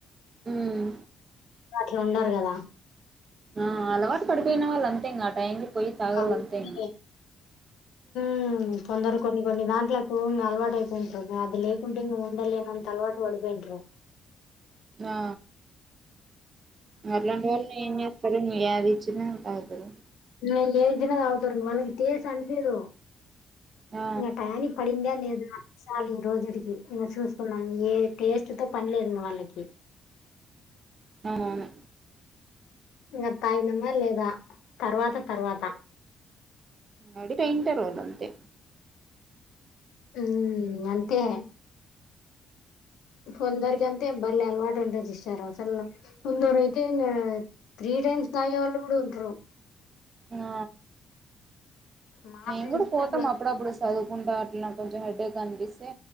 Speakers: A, on the right (about 40°); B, on the left (about 85°).
A: మ్మ్
B: అట్లుండరు గదా
A: ఆ అలవాటు పడిపోయిన వాళ్ళు అంతే ఇంగ ఆ టైంకి పోయి తాగల్ల
B: కావు
A: అంతే
B: తినే
A: ఇంగ
B: మ్మ్ కొందరు కొన్ని కొన్ని దాండ్లకు ఇంగ అలవాటు అయిపోయింటారు అది లేకుంటే ఇంగ ఉండలేనంత అలవాటు టు పడిపోయింటరు
A: ఆ అట్లాంటి వాళ్ళు ఏం చేస్ త్తరు యాదిచ్చిన పలకరు
B: నీ ఏజినదాగతరు వాళ్ళకి కేేస్ అనిపియదు
A: ఆ
B: ఇంగ టయానికి పడిందా లేదా చాలు ఈ రోజుడికి ఇంగ చూసుకున్నాం ఏ టేస్ట్ తో పనిలేదు ఇంగ వాళ్ళకి
A: అవునవును
B: ఇంగా తాగినామా లేదా తర్వాత తర్వాత
A: అడిట్ అయింటరు వాల్లు అంతే
B: మ్మ్ అంతే కొందరికంతే బలే అలవాటు ఉంటాది సిస్టర్ అసలు కొందరు అయితే ఇంగ త్రీ టైమ్స్ తాగే వాళ్ళు కూడా ఉంటరు
A: ఆ
B: మా
A: మేంకూడా
B: ఫ్రెండ్స్ లో
A: పోతామ్
B: అట్లా
A: అప్పుడప్పుడు స్ చదువుకుంటా అట్లనే కొంచెం హెడ్ ఏక్ అనిపిస్తే